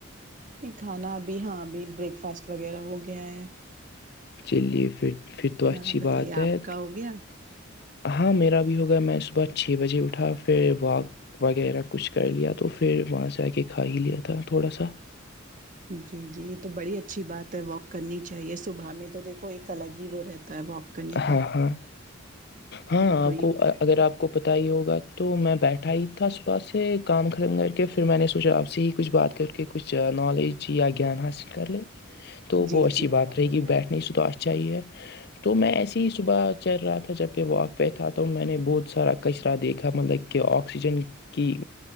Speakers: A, on the right; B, on the left.
A: نہیں کھانا ابھی ہاں ابھی بریک فاسٹ وغیرہ ہو گیا ہے
B: چلیے پھر پھر تو اچھی
A: ہاں بتائیے
B: بات ہے
A: آپ کا ہو گیا
B: ہاں میرا بھی ہو گیا میں صبح چھ بجے اٹھا پھر واک وغیرہ کچھ کر لیا تو پھر وہاں سے آ کے کھا ہی لیا تھا تھوڑا سا
A: جی جی یہ تو بڑی اچھی بات ہے واک کرنی چاہیے صبح میں تو دیکھو ایک الگ ہی وہ رہتا ہے واک کرنے
B: ہاں
A: کا
B: ہاں ہاں
A: دل
B: آپ
A: یہ
B: کو اگر آپ کو پت ہی ہوگا تو میں بیٹھا ہی تھا صبح سے کام ختم کر کے پھر میں نے سوچا آپ سے ہی کچھ بات کر کے کہ کچھ نالج یا گیان حاصل کر لے تو
A: جی
B: وہ اچھی
A: جی
B: بات
A: بہت
B: رہی گ بیٹھنے سے تو اچھا ہی ہے تو میں ایے چل رہا تھا جب پہ واک پہ تھا تو میں نے بہت سارا کچرا دیکھا مطلب کہ آکسیجن کی